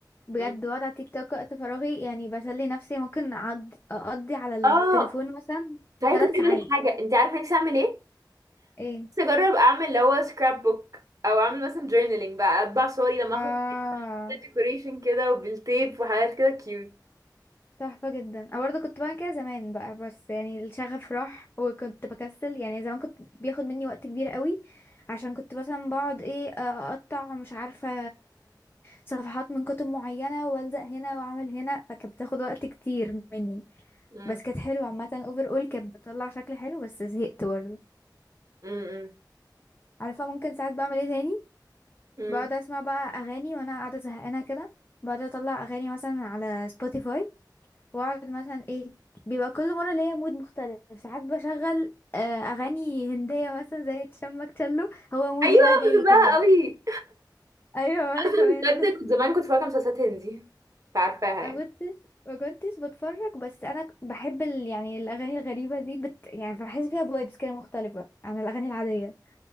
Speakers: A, on the left; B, on the right.
A: بجد
B: مم.
A: بقعد على التيك توك وقت فراغي يعني بسلي نفسي ممكن أقعد اقضي على التليفون
B: اه
A: مثلا
B: صحيح
A: ثلاث
B: كنت عايزة
A: ساعات
B: اقولك حاجة انت عارفة نفسي اعمل ايه؟
A: ايه
B: نفسي اجرب اعمل اللي هو سكراب بوك او اعمل مثلا جورنالينج بقى اطبع صوري لما
A: اه
B: اخرج ديكوريشن كده وبالتيب وحاجات كده كيوت
A: تحفة جدا انا برضه كنت بعمل كده زمان بقى بس يعني الشغف راح وكنت بكسل يعني زمان كنت بياخد مني وقت كبير قوي عشان كنت مثلا بقعد ايه اقطع مش عارفة صفحات من كتب معينة والزق هنا واعمل هنا فكانت بتاخد وقت كتير مني
B: مم.
A: بس كانت حلوة عامة اوفر اول كانت بتطلع شكل حلو بس زهقت برضه
B: مم.
A: عارفة ممكن ساعات بعمل ايه تاني
B: مم.
A: بقعد اسمع بقى اغاني وانا قاعدة زهقانة كده بقعد اطلع اغاني مثلا على سبوتيفاي واقعد مثلا ايه بيبقى كل مرة ليا مود مختلف ساعات بشغل آه، اغاني هندية مثلا زي تشمك تشلو هو مودي
B: ايوه
A: بقى جاي
B: بحبها
A: كده
B: قوي
A: ايوه وانا
B: <laughs>
A: كمان
B: بجد كنت
A: <laughs>
B: زمان كنت فاكره مسلسلات هندي عارفاها يعني
A: ما كنتش ما كنتش بتفرج بس انا ك- بحب ال... يعني الاغاني الغريبة دي بت... يعني بحس فيها فايبس كده مختلفة عن الاغاني العادية